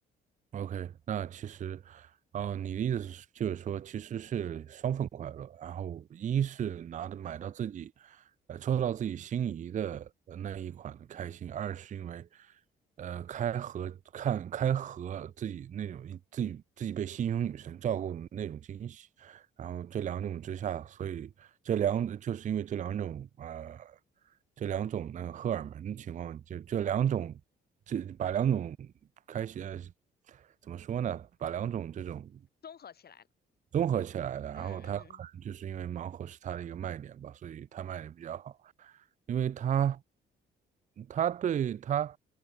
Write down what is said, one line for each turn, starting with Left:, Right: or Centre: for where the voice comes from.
Right: OK，那其实，哦、你的意思是就是说，其实是双份快乐。然后，一是拿的买到自己，呃，抽到自己心仪的呃那一款的开心；二是因为，呃，开盒看开盒自己那种自己自己被心仪女神照顾的那种惊喜。然后这两种之下，所以这两就是因为这两种呃，这两种那个荷尔蒙的情况，就这两种，这把两种开始呃怎么说呢？把两种这种
Left: 综合起来了，
Right: 综合起来的，
Left: 嗯嗯嗯。
Right: 然后它可能就是因为盲盒是它的一个卖点吧，所以它卖的比较好。因为他他对他